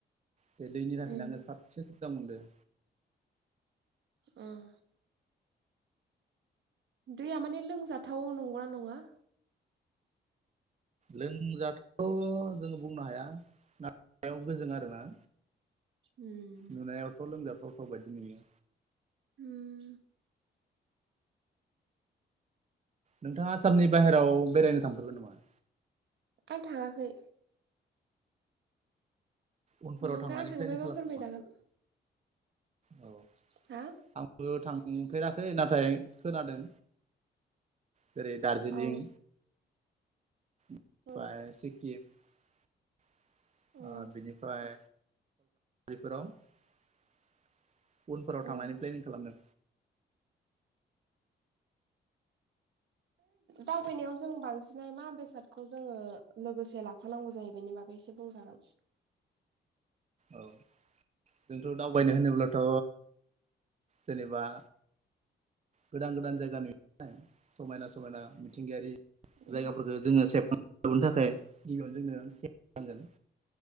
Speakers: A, on the right; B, on the right.
A: बे दैनि थाखायनो
B: उम
A: आङो साब थिग-थाग मोनदों।
B: ओं दैया माने लोंजाथाव नंगौना नङा?
A: लोंजाथाव जोङो बुंनो हाया नाथाय सायाव गोजों आरोना।
B: उम
A: नुनायावथ' लोंजाथावथाव' बायदि नुयो।
B: उम
A: नोंथाङा आसामनि बाहेरायाव बेरायनो थांफेरबाय नामा?
B: आं थांङाखै
A: उनफोराव
B: नोंथाङा
A: थांनानै
B: थांबायबा
A: प्लेनिं खालामदों
B: फोरमायजागोन
A: औ
B: हा
A: आंबो थांफेराखै नाथाय खोनादों। जेरै दार्जिलिं
B: औ
A: ओमफ्राय
B: उम
A: सेकिब
B: उम
A: ओ बिनिफ्राय बिफोराव उनफोराव थांनायनि
B: उम
A: प्लेनिं खालामदों।
B: दावबायनायाव जों बांसिनै मा बेसादखौ जोङो लोगोसे लाफानांगौ जायो बेनि बागै एसे बुंजागोन।
A: औ जोंथ' दावबायनो होनोब्लाथ' जेनेबा गोदान-गोदान जायगा नुयोमोन आरो समायना समायना मिथिंगायारि
B: उम
A: जायगाफोरखौ जोङो सेबखां दिहुननो थाखाय गिबियावनो जोंनो केमेरा नांगोन।